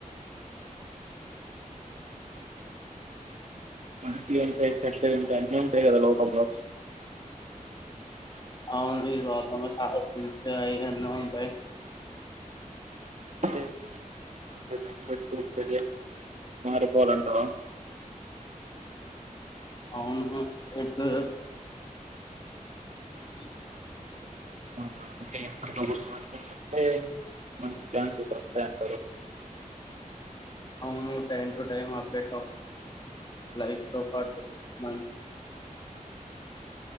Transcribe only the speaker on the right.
మంచి ఉంటాయి చెడ్డ ఉంటాయి అన్నీ ఉంటాయి కదా లో పల
అంటే ఇప్పుడు మనం వాటికి తగట్టు <unintelligible> మారిపోవాలంటావా
ఆ అంటే ఎప్పటికే స్మార్ట్ ఫోన్స్ వొస్తే మంచి ఛాన్సెస్ వస్తాయి అంటారు